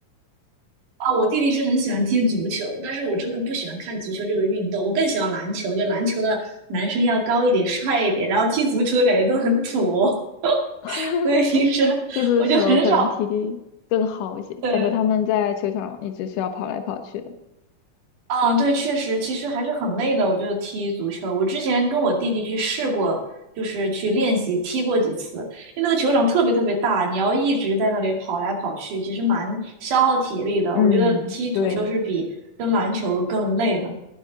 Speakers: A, on the right; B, on the left.
A: 哦！我弟弟是很喜欢踢足球，但是我真的不喜欢看足球这个运动，我更喜欢篮球。就篮球的男生要高一点、帅一点，然后踢足球的感觉都很土哦，<laughs>
B: <laughs>
A: 所以平时
B: 踢足球可能踢的更好一些，
A: 我就很少对。
B: 感觉他们在球场一直需要跑来跑去的。
A: 啊，对，确实，其实还是很累的。我觉得踢足球，我之前跟我弟弟去试过，就是去练习踢过几次，因为那个球场特别特别大，你要一直在那里跑来跑去，其实蛮消耗体力的。
B: 嗯，
A: 我觉得踢足球是比跟篮球更累的。
B: 对，